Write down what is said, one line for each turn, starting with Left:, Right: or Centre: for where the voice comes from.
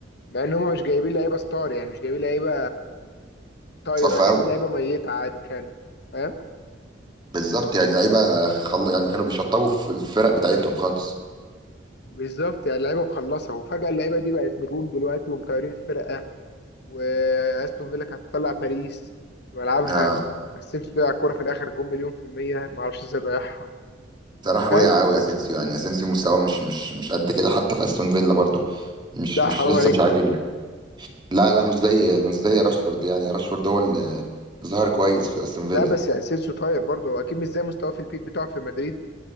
Left: مع ان هم مش جايبين لعيبه ستار يعني مش جايبين لعيبه طايره
Right: صفى
Left: جايبين
Right: قوي
Left: لعيبه ميته عادي كانوا فاهم
Right: بالظبط يعني لعيبه خل... يعني كانوا بيشطبوا في الفرق بتاعتهم خالص
Left: بالظبط يعني لعيبه مخلصه وفجاه اللعيبه دي بقت نجوم دلوقتي ومطيرين فرقه واستون فيلا كانت تطلع باريس في ملعبها
Right: اه
Left: اسينسيو ضيع الكوره في الاخر جون مليون في الميه ما اعرفش ازاي ضيعها
Right: صراحه
Left: فاهم؟
Right: وقع قوي اسينسيو يعني اسينسيو مستواه مش مش مش قد كده حتى في استون فيلا برضو مش
Left: لا
Right: مش
Left: حرام
Right: لسه
Left: عليك
Right: مش عاجبني لا لا مش زي مش زي راشفورد يعني راشفورد هو اللي ظهر كويس في استون فيلا
Left: لا بس يعني اسينسيو طاير برضه هو اكيد مش زي مستواه في البيك بتاعه في مدريد